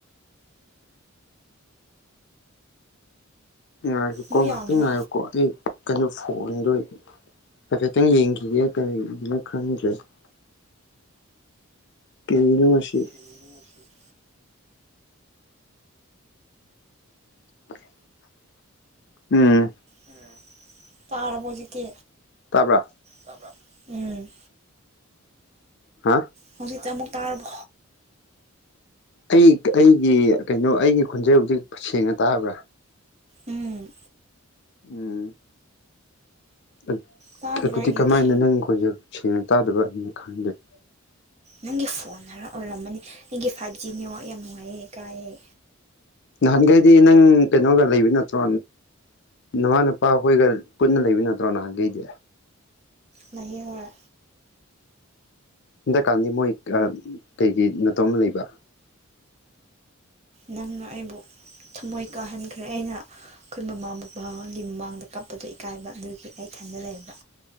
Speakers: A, on the left (about 55°); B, on the right (about 30°).
A: ꯉꯥꯏꯌꯨꯀꯣ
B: ꯑꯃꯨꯛ
A: ꯉꯥꯛꯇꯪ
B: ꯌꯥꯗ꯭ꯔꯣ
A: ꯉꯥꯏꯌꯨꯀꯣ ꯑꯩ ꯀꯩꯅꯣ ꯐꯣꯟꯗꯣꯏ ꯍꯥꯏꯐꯦꯠꯇꯪ ꯌꯦꯡꯒꯦ <unintelligible> <unintelligible>
B: <unintelligible>
A: <inaudible> ꯎꯝ
B: ꯎꯝ ꯇꯥꯔꯕꯣ ꯍꯧꯖꯤꯛꯇꯤ
A: ꯇꯥꯕ꯭ꯔꯥ
B: ꯇꯥꯕ꯭ꯔꯥ ꯎꯝ
A: ꯍꯥ
B: ꯍꯧꯖꯤꯛ ꯆꯥꯃꯨꯛ ꯇꯥꯔꯕꯣ
A: ꯑꯩ ꯑꯩꯒꯤ ꯀꯩꯅꯣ ꯑꯩꯒꯤ ꯈꯣꯟꯖꯦꯜꯗꯤ ꯁꯦꯡꯅ ꯇꯥꯕ꯭ꯔꯥ
B: ꯎꯝ
A: ꯎꯝ <unintelligible>
B: ꯇꯥꯗ꯭ꯔꯣ ꯑꯩꯒꯤꯗꯤ ꯅꯪꯒꯤ ꯐꯣꯟꯅꯔ ꯑꯣꯏꯔꯝꯃꯅꯤ ꯑꯩꯒꯤ ꯐꯥꯏꯚ ꯖꯤ ꯅꯦꯠꯋꯥꯛ ꯌꯥꯝ ꯅꯨꯡꯉꯥꯏꯌꯦ ꯀꯥꯏꯌꯦ
A: ꯅꯍꯥꯟꯒꯩꯗꯤ ꯅꯪ ꯀꯩꯅꯣꯒ ꯂꯩꯕ ꯅꯠꯇ꯭ꯔꯣ ꯅꯃꯥꯟꯅ ꯄꯥ ꯍꯣꯏꯒ ꯄꯨꯟꯅ ꯂꯩꯕ ꯅꯠꯇ꯭ꯔꯣ ꯅꯍꯥꯟꯒꯩꯗꯤ
B: ꯂꯩꯌꯦ ꯍꯣꯏ
A: ꯍꯟꯗꯛꯀꯥꯟꯗꯤ ꯃꯣꯏ ꯑ ꯀꯩꯒꯤ ꯅꯠꯇꯣꯝꯗ ꯂꯩꯕ
B: ꯅꯪꯅ ꯑꯩꯕꯨ ꯊꯃꯣꯏ ꯀꯥꯏꯍꯟꯈ꯭ꯔꯦ ꯑꯩꯅ ꯑꯩꯈꯣꯏ ꯃꯃꯥ ꯕꯥꯕꯥꯒꯤ ꯃꯃꯥꯡꯗ ꯀꯞꯄꯗꯣ ꯏꯀꯥꯏꯕ ꯑꯗꯨꯒꯤ ꯑꯩ ꯊꯟꯗ ꯂꯩꯕ